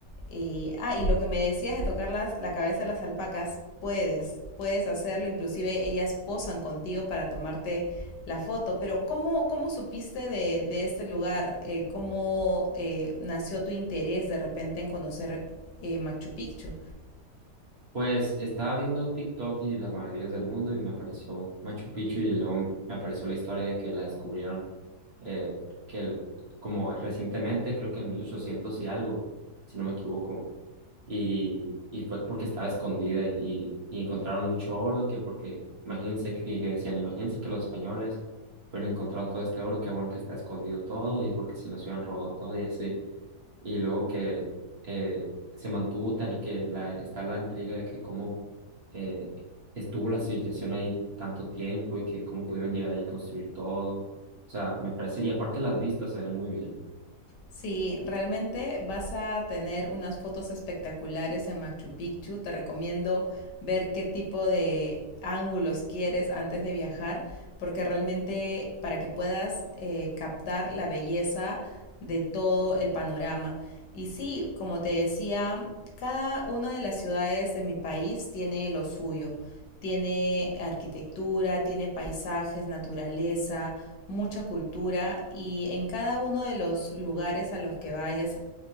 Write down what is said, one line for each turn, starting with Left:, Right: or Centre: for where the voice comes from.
Left: y, ah, y lo que me decías de tocar las- la cabeza de las alpacas, puedes, puedes hacerlo, inclusive ellas posan contigo para tomarte la foto, pero ¿cómo, cómo supiste de, de este lugar? Eh, ¿cómo eh, nació tu interés de repente en conocer eh, Machu Picchu?
Right: Pues estaba viendo TikTok y las maravillas del mundo y me apareció Machu Picchu y luego me apareció la historia de que la descubrieron eh, que el- como recientemente, creo que en 1800 y algo, si no me equivoco. Y, y fue porque estaba escondida y, y- y encontraron mucho oro, que porque, imagínense, que y que decían, imagínense que los españoles hubieran encontrado todo este oro, qué bueno que está escondido todo y porque si nos hubieran robado todo y así. Y luego que eh, se mantuvo tan, y que la, está la intriga de que cómo eh, estuvo la civilización ahí tanto tiempo y que cómo pudieron llegar ahí y construir todo. O sea, me parece, y aparte las vistas se ven muy bien.
Left: Sí, realmente vas a tener unas fotos espectaculares en Machu Picchu. Te recomiendo ver qué tipo de ángulos quieres antes de viajar, porque realmente para que puedas eh, captar la belleza de todo el panorama. Y sí, como te decía, cada una de las ciudades de mi país tiene lo suyo. Tiene arquitectura, tiene paisajes, naturaleza, mucha cultura y en cada uno de los lugares a los que vayas,